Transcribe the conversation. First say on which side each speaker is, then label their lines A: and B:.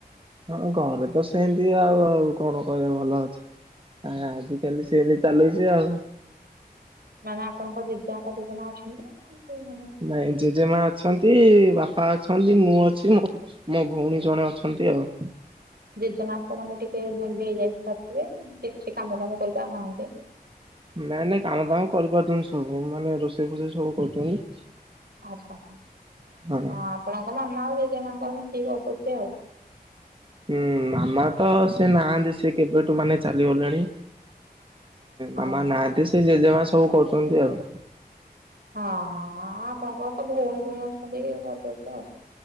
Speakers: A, on the right; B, on the right.
A: ହଁ ଘରେ ତ ସେମିତି ଆଉ, ଆଉ କଣ କହିବା? ଭଲ ଅଛି। ଆ ଆଜିିକାଲି ସେନି ଚାଲୁଛି ଆଉ।
B: ମାନେ ଆପଣଙ୍କ ଜେଜେ ବାପା ଜେଜେମା ଅଛନ୍ତି? ସେ ମାନେ
A: ନାଇଁ ଜେଜେମା ଅଛନ୍ତି ବାପା ଅଛନ୍ତି, ମୁଁ ଅଛି, ମୋ ଭଉଣୀ, ଜଣେ ଅଛନ୍ତି ଆଉ
B: ଜେଜେମାଆ ତ ମାନେ ଟିକେ ବୁଢ଼ୀ ହେଇ ଯାଇଥିବେ ଟିକେ ସେ କାମ ଦାମ କରିପାରୁନାହାନ୍ତି
A: ନାଇଁ ନାଇଁ କାମ ଦାମ କରିପାରୁଛନ୍ତି ସବୁ ମାନେ ରୋଷେଇ ଫୋଷେଇ ସବୁ କରୁଛନ୍ତି।
B: ଆଛା ହଁ
A: ହଁ।
B: ଆପଣଙ୍କ ମାମା ଆଉ ଜେଜେ ମାଙ୍କର ମି ସେ ଗର୍ବତେ ଆଉ <unintelligible>
A: ହୁଁ ମାମା ତ ସେ ନାହାନ୍ତି ସେ କେବେଠୁ ମାନେ ଚାଲିଗଲେଣି
B: ହଁ
A: ମାମା ନାହାନ୍ତି ସେ ଜେଜେମା ସବୁ କରୁଛନ୍ତି ଆଉ
B: ହଁ ହଁ ଆପଣଙ୍କର ତ ଭଉଣୀ ଭଉଣୀ ଅଛନ୍ତି ଆଉ